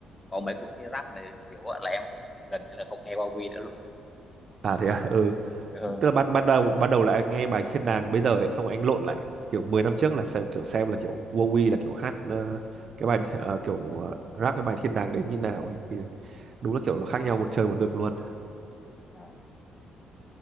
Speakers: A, on the left; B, on the right.
A: có mấy cuộc thi rap mà nhiều á là em không- gần như là không nghe Go quy nữa luôn
B: à thế à ừ
A: ừ.
B: tức là ban ban đầu ban đầu là anh nghe bài Thiên Đàng bây giờ ấy xong rồi anh lộn lại kiểu 10 năm trước là xem kiểu xem là kiểu Wowy là kiểu hát ờ, cái bài ờ, kiểu ờ, rap cái bài Thiên Đàng đấy như nào ấy thì đúng là kiểu nó khác nhau một trời một vực luôn
A: à,